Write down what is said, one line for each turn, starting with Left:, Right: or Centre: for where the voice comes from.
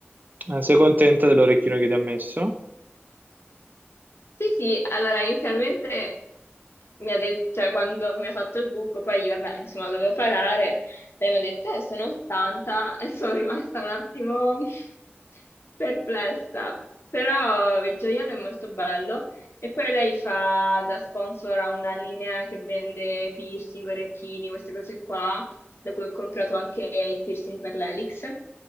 Right: Ma sei contenta dell'orecchino che ti ha messo?
Left: Sì, sì, allora inizialmente mi ha detto, cioè quando mi ha fatto il buco, poi vabbè, insomma, dovevo pagare, lei mi ha detto, eh, sono 80 <laughs> e sono rimasta un attimo <laughs> perplessa, però il gioiello è molto bello e poi lei fa da sponsor a una linea che vende piercing, orecchini, queste cose qua da cui ho comprato anche il piercing per l'elix.